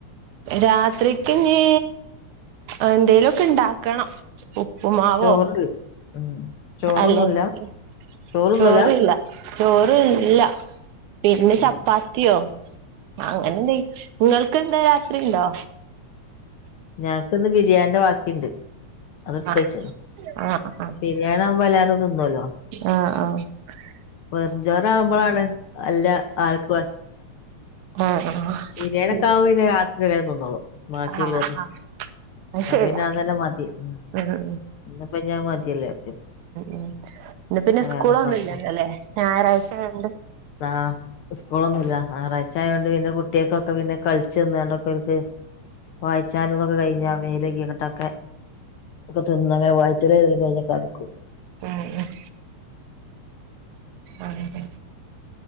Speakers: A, on the right; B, on the left.
A: രാത്രിക്കിനി എന്തേലുവൊക്കെ ഉണ്ടാക്കണം ഉപ്പുമാവോ
B: ചോറുണ്ട് ഉം ചോറൊന്നുല്ല
A: അല്ലെങ്കി
B: ചോറൊന്നുല്ല
A: ചോറില്ല ചോറില്ല പിന്നെ
B: ഉം
A: ചപ്പാത്തിയോ ആഹ് അങ്ങനെ എന്തെങ്കി നിങ്ങൾക്ക് എന്താ രാത്രി ഉണ്ടോ
B: ഞങ്ങക്കിന്ന് ബിരിയാണിടെ ബാക്കിണ്ട്. അതെടുത്ത്
A: ആ
B: വെച്ചത്
A: ആഹ്
B: ബിരിയാണി ആകുമ്പോ എല്ലാവരും തിന്നുവല്ലോ
A: ആഹ് <inaudible>
B: വെറും ചോറ്‌ ആവുമ്പോഴാണ് അല്ല ആൾക്ക് <unintelligible>
A: ആഹ് ആഹ് ശരി
B: ബിരിയാണിയൊക്കെ ആകുമ്പോ
A: ഉം ഉം ആഹ് ആഹ് ഉം
B: പിന്നെ രാത്രി വരെ തിന്നോളും ബാക്കിയുള്ളോര്
A: ആഹ് ആഹ് അത് ശരിയാ
B: പിന്നെ അതെന്നെ മതി ഉം
A: ഉം ഉം
B: ഇന്നിപ്പോ ഇഞ്ഞി അത് മതിയല്ലോ വിചാരിച്ചിട്ട്
A: ഉം ഇന്ന് പിന്നെ
B: വേറൊന്നും
A: സ്കൂളൊന്നുംല്ലല്ലോ
B: വെക്ക
A: അല്ലേ ഞായറാഴ്ച ആയോണ്ട്
B: ആഹ് സ്കൂളൊന്നുവില്ല ഞായറാഴ്ച്ച ആയൊണ്ട് പിന്നെ കുട് കുട്ടികക്കൊക്കെ പിന്നെ കളിച്ചന്നണ്ടൊക്കെ അവക്ക് വായിച്ചാനന്നൊക്കെ കഴിഞ്ഞ മേല് കഴുകിയട്ടൊക്കെ ഒക്കെ തിന്നണെ വായിച്ചല് കഴിയുമ്പൊ കടക്കും
A: ഉം ഉം ആഹ്